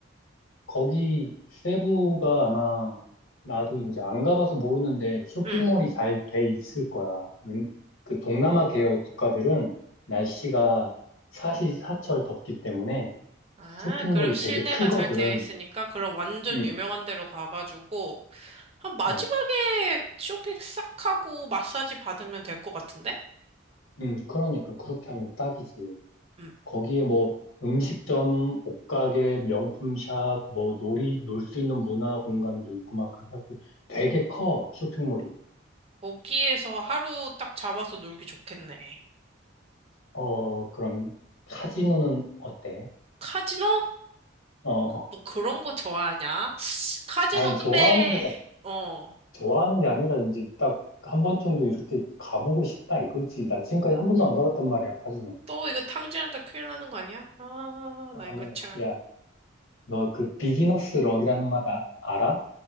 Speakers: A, on the left; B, on the right.
A: 거기 세부가 아마 나도 이제 안 가봐서 모르는데 쇼핑몰이
B: 응.
A: 잘 돼 있을 거야. 웬- 그 동남아 계열 국가들은 날씨가 사시사철 덥기 때문에
B: 아,
A: 쇼핑몰이
B: 그럼 실내가
A: 되게 크거든.
B: 잘 되어 있으니까 그럼 완전
A: 응.
B: 유명한 데로 가가지고 한 마지막에
A: 어,
B: 쇼핑 싹 하고 마사지 받으면 될 것 같은데?
A: 음, 그러니까 그렇게 하면 딱이지.
B: 음.
A: 거기에 뭐 음식점, 옷가게, 명품샵, 뭐 놀이, 놀 수 있는 문화 공간도 있고 막 그렇게 해서 되게 커, 쇼핑몰이.
B: 거기에서 하루 딱 잡아서 놀기 좋겠네.
A: 어, 그러면 카지노는 어때?
B: 카지노?
A: 어,
B: 너 그런 거 좋아하냐? 카지노
A: 아니,
B: 근데
A: 좋아하는 게,
B: 어.
A: 좋아하는 게 아니라 이제 딱 한 번 정도 이렇게 가보고 싶다 이거지. 나 지금까지 한 번도 안 가봤단 말이야, 카지노.
B: 또 이거 탕진한테 큰일 나는 거 아니야? 아,
A: 아,
B: 나 이거 참.
A: 네. 야, 너 그 비기너스 럭이라는 말 아- 알아?